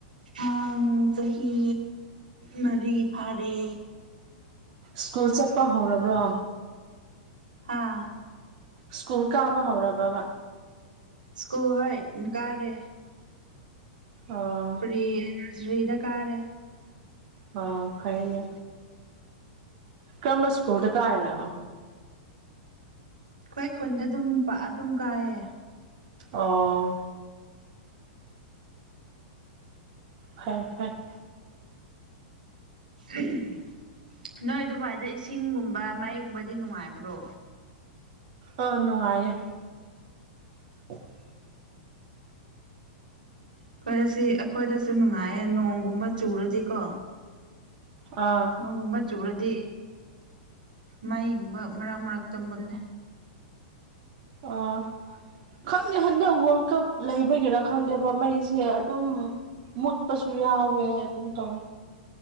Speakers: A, on the right (about 70°); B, on the right (about 40°).
A: ꯑꯥꯡ ꯆꯍꯤ ꯃꯔꯤ ꯐꯥꯔꯦ
B: ꯁ꯭ꯀꯨꯜ ꯆꯠꯄ ꯍꯧꯔꯕ꯭ꯔꯣ
A: ꯑꯥ
B: ꯁ꯭ꯀꯨꯜ ꯀꯥꯕ ꯍꯧꯔꯕꯕꯥ
A: ꯁ꯭ꯀꯨ ꯍ ꯀꯥꯔꯦ
B: ꯑꯣ
A: ꯄꯔꯤ ꯅꯁꯔꯤꯗ ꯀꯔꯦ
B: ꯑ ꯐꯥꯏꯅꯦ ꯀ꯭ꯔꯔꯝꯕ ꯁ꯭ꯀꯨꯜꯗ ꯀꯥꯥꯏꯅ
A: ꯍꯣꯏ ꯈꯨꯟꯗ ꯑꯗꯨꯝ ꯄꯥꯛ ꯑꯗꯨꯝ ꯀꯥꯏꯌꯦ
B: ꯑꯣ ꯐꯣꯏ ꯐꯣꯏꯔ
A: ꯎꯝ ꯅꯣꯏ ꯑꯗꯨꯕꯥꯏꯗ ꯏꯁꯤꯡꯒꯨꯝꯕ ꯃꯩꯒꯨꯝꯕꯗꯤ ꯅꯨꯡꯉꯥꯏꯕ꯭ꯔꯣ
B: ꯑ ꯅꯨꯡꯉꯥꯏꯌꯦ <unintelligible>
A: ꯈꯣꯏꯔ ꯁꯤ ꯑꯩꯈꯣꯏꯗꯁꯨ ꯅꯨꯡꯉꯥꯏꯌꯦ ꯅꯣꯡꯒꯨꯝꯕ ꯆꯨꯔꯗꯤꯀꯣ
B: ꯑꯥ
A: ꯅꯣꯡꯒꯨꯝꯕ ꯆꯨꯔꯗꯤ ꯃꯩꯒꯨꯝꯕ ꯃꯔꯛ ꯃꯔꯛꯇ ꯃꯨꯜꯂꯦ
B: ꯑꯣ ꯈꯪꯗꯦ ꯍꯟꯗꯛ ꯋꯥꯔꯜ ꯀꯞ ꯂꯩꯕꯒꯤꯔꯥ ꯈꯪꯗꯦꯕ ꯃꯩꯁꯦ ꯑꯗꯨꯝ ꯃꯠ ꯄꯁꯨ ꯌꯥꯎꯋꯦ ꯑꯗꯨꯝ ꯇꯧꯋꯦ